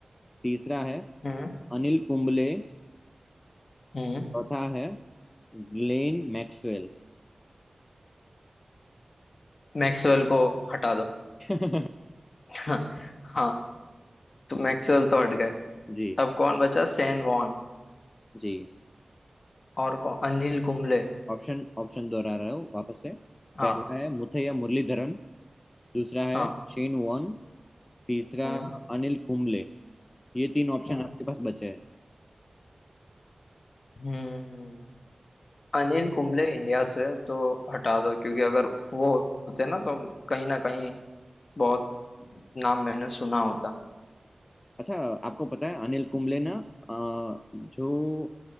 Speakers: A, on the left; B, on the left.
A: तीसरा है
B: हम्म
A: अनिल कुंबले
B: हम्म
A: चौथा है ग्लेन मैक्सवेल
B: मैक्सवेल को हटा दो
A: <laughs>
B: <laughs> हाँ तो मैक्सवेल तो हट गए
A: जी
B: अब कौन बचा सेन वॉन
A: जी
B: और कौन अनिल कुंबले
A: ऑप्शन ऑप्शन दोहरा रहा हूँ वापस से
B: हाँ
A: पहला है मुथैया मुरलीधरन दूसरा है
B: हाँ
A: शेन वॉन तीसरा
B: हम्म
A: अनिल कुंबले ये तीन ऑप्शन
B: हम्म
A: आपके पास बचे हैं
B: हम्म। अनिल कुंबले इंडिया से तो हटा दो क्योंकि अगर वो होते ना तो कहीं ना कहीं बहुत नाम मैंने सुना होता
A: अच्छा आपको पता है अनिल कुंबले ना अ, जो